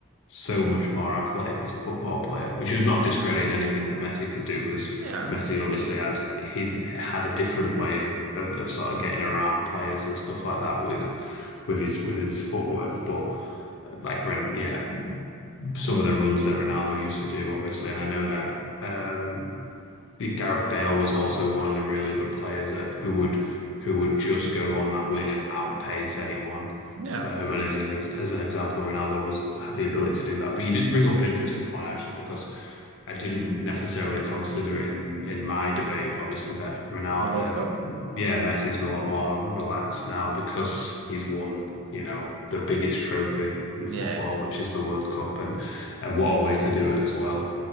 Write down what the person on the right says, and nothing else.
Yeah,
yeah.
The World Cup?
Yeah.